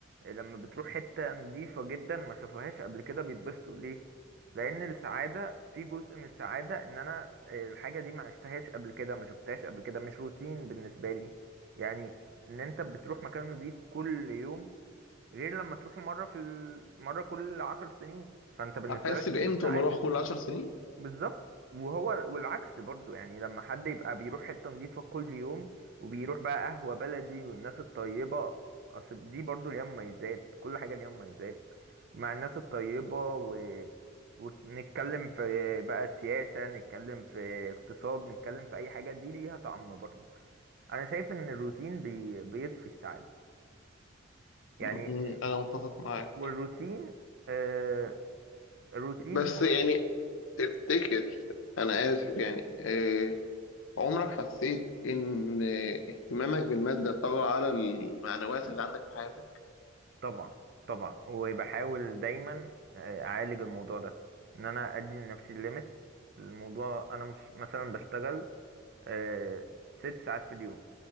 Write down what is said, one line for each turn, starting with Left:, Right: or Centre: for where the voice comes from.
Right: لما بتروح حتة نظيفة جدا ما شافوهاش قبل كده بيتبسطوا ليه؟ لأن السعادة في جزء من السعادة إن أنا آه، الحاجة دي ما عشتهاش قبل كده ما شفتهاش قبل كده مش روتين بالنسبة لي يعني إن أنت بتروح مكان نظيف كل يوم غير لما تروحه مرة في ال... مرة كل عشر سنين فأنت بالنسبة
Left: هحس
Right: لك
Left: بقيمته
Right: دي سعادة
Left: لما أروح كل عشر سنين
Right: بالظبط وهو والعكس برضو يعني لما حد يبقى بيروح حتة نظيفة كل يوم وبيروح بقى قهوة بلدي والناس الطيبة أصل دي برضو ليها مميزات كل حاجة ليها مميزات مع الناس الطيبة و... ونتكلم في بقى سياسة نتكلم في اقتصاد نتكلم في أي حاجة دي ليها طعم برضو أنا شايف إن الروتين بي... بيطفي السعادة يعني
Left: م-
Right: آه،
Left: أنا متفق معاك
Right: والروتين آه، الروتين
Left: بس
Right: هو
Left: يعني تفتكر أنا آسف يعني آه، عمرك حسيت إن اهتمامك بالمادة طغى على المعنويات اللي عندك في حياتك؟
Right: طبعا طبعا وبحاول دايما آه، اعالج الموضوع ده ان انا ادي لنفسي الليميت الموضوع انا مش مثلا بشتغل آه، ست ساعات في اليوم